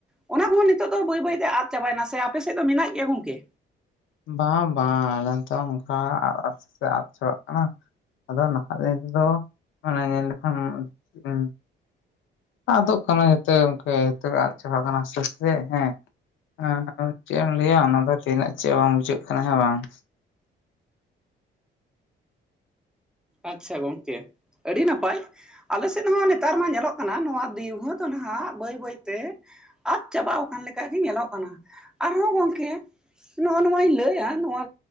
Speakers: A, in the centre; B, on the left.
A: ᱚᱱᱟ ᱠᱚᱦᱚᱸ ᱱᱤᱛᱚᱜ ᱫᱚ ᱵᱟᱹᱭ ᱵᱟᱹᱭ ᱛᱮ ᱟᱫ ᱪᱟᱵᱟᱭ ᱱᱟ, ᱥᱮ ᱟᱯᱮᱥᱮᱫ ᱫᱚ ᱢᱮᱱᱟᱜ ᱜᱮᱭᱟ ᱜᱚᱝᱠᱮ?
B: ᱵᱟᱝ ᱵᱟᱝ ᱟᱞᱮ ᱱᱚᱛᱮ ᱦᱚᱸ ᱱᱚᱠᱟ ᱟ ᱟᱫ ᱪᱟᱵᱟᱜ ᱠᱟᱱᱟ᱾ ᱟᱫᱚ ᱱᱟᱦᱟᱸᱜ ᱫᱤᱱ ᱫᱚ ᱢᱟᱱᱮ ᱧᱮᱞ ᱞᱮᱠᱷᱟᱱ ᱟᱸ ᱩᱸ ᱟᱫᱚᱜ ᱠᱟᱱᱟ ᱡᱚᱛᱚ ᱜᱮ ᱜᱚᱝᱠᱮ ᱡᱚᱛᱚ ᱜᱮ ᱟᱫ ᱪᱟᱵᱟᱜ ᱠᱟᱱᱟ ᱟᱥᱛᱮ ᱟᱥᱛᱮ ᱦᱮᱸ᱾ ᱟ ᱪᱮᱫ ᱮᱢ ᱞᱟᱹᱭᱟ ᱚᱱᱟ ᱫᱚ ᱛᱤᱱᱟᱹᱜ ᱪᱚ ᱢᱩᱪᱟᱹᱫ ᱠᱟᱱᱟ ᱦᱮᱸ ᱵᱟᱝ?
A: ᱟᱪᱪᱷᱟ ᱜᱚᱝᱠᱮ ᱟᱹᱰᱤ ᱱᱟᱯᱟᱭ᱾ ᱟᱞᱮ ᱥᱮᱫ ᱦᱚᱸ ᱱᱮᱛᱟᱨ ᱢᱟ ᱧᱮᱞᱚᱜ ᱠᱟᱱᱟ ᱱᱚᱣᱟ ᱫᱤᱣᱜᱟᱹ ᱫᱚ ᱱᱟᱦᱟᱸᱜ ᱵᱟᱹᱭ ᱵᱟᱹᱭ ᱛᱮ ᱟᱫ ᱪᱟᱵᱟᱣ ᱟᱠᱟᱱ ᱞᱮᱠᱟ ᱜᱮ ᱧᱮᱞᱚᱜ ᱠᱟᱱᱟ, ᱟᱨᱦᱚᱸ ᱜᱚᱝᱠᱮ ᱱᱚᱜᱼᱚ ᱱᱚᱣᱟᱧ ᱞᱟᱹᱭᱟ ᱱᱚᱣᱟ